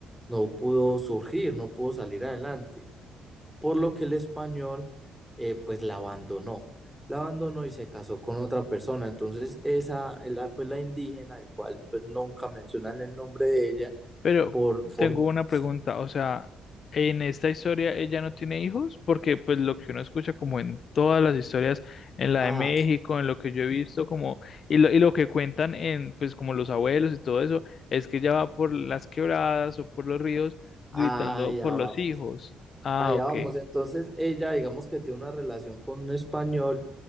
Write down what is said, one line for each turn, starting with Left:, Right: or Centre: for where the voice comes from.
Centre: no pudo surgir, no pudo salir adelante por lo que el español eh, pues la abandonó, la abandonó y se casó con otra persona. Entonces esa, la, pues la indígena, el cual pues nunca mencionan el nombre de ella,
Left: Pero
Centre: por, por,
Left: tengo una
Centre: sí,
Left: pregunta, o sea, en esta historia ella no tiene hijos, porque pues lo que uno escucha como en todas las historias, en la
Centre: ah,
Left: de México, en lo que yo he visto como, y lo, y lo que cuentan en pues como los abuelos y todo eso, es que ella va por las quebradas o por los ríos
Centre: allá
Left: gritando por
Centre: vamos,
Left: los hijos. Ah,
Centre: allá
Left: ok.
Centre: vamos. Entonces ella digamos que tiene una relación con un español,